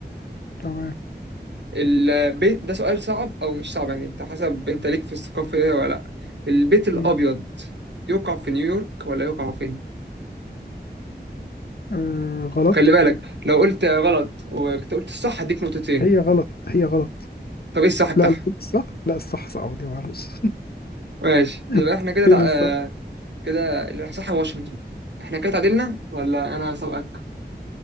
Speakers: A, on the left (about 60°); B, on the right (about 75°).
A: تمام
B: البيت ده سؤال صعب أو مش صعب يعني أنت حسب أنت ليك في الثقافة إيه ولا لأ البيت الأبيض
A: مم.
B: يقع في نيويورك ولا يقع فين؟
A: آه غلط
B: خلي بالك لو قلت غلط وكنت قلت الصح هديك نقطتين
A: هي غلط هي غلط
B: طب إيه الصح بتاعها؟
A: لا لا الصح لا الصح سعودي معرفش
B: ماشي
A: <laughs>
B: يبقى إحنا كده
A: فين
B: تع...
A: الصح
B: آه كده الصح واشنطن إحنا كده تعادلنا ولا أنا سبقك؟